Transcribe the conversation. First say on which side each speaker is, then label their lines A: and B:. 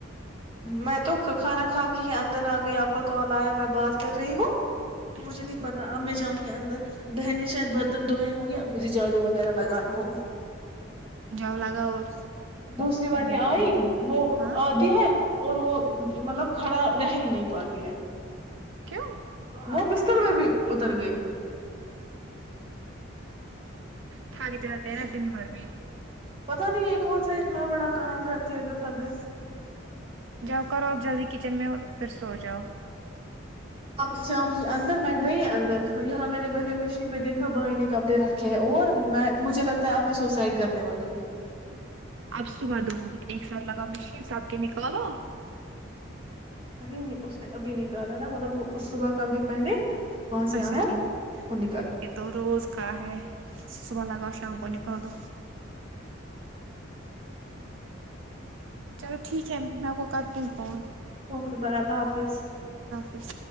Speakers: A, on the right; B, on the right.
A: میں تو کھانا کھا کے ہی اندر آ گئی آپ کا کال آیا میں بات کر رہی ہوں
B: اچھا
A: مجھے
B: اچھا
A: نہیں پتا اب میں جاؤں گی انر بہننے شاید برتن دھوئے ہ گے یا مجھے جھاڑو وغیرہ لگانا ہوگا
B: جؤلا گا اورور
A: دوسری بار نے آئی وہ
B: ہاں
A: آدھی ہے اور وہ مطلب کھڑا رہ ہی نہیں پاتی ہے
B: کیوں
A: وہ بس اتر میں بھی اتر گئی
B: تھاک جاتے ہیں نا دن بھر بھی
A: پتا نہیں یہ کون سا اتنا بڑا کام کرتے ہیں جو تھگ
B: جاؤ کرو آپ جلدی کچن میں اور پھر سو جاؤ
A: اب جاؤں گی اندر میں گئی اندر یہاں میں نے بھرے مشین پہ دیکھا بھائی نے کپڑے رکھے ہیں اور میں مجھے لگتا ہے اب میں سوسائڈ کرنے والی ہوں
B: اب صبح دو ایک ساتھ لگا مشین ساتھ کے نکال لو
A: ارے اس نے ابھی نکالا نا مطلب وہ صبح کپڑے پہنے وہاں سے
B: اچھا
A: آیا
B: ٹھیک
A: اور نکال
B: یہ تو روز کا ہے صبح لاگاؤ شام کو نکال دو چلو ٹھیک ہے میں آپ کو کرتی ہوں فون
A: اوکے بائے اللہ حافظ
B: بس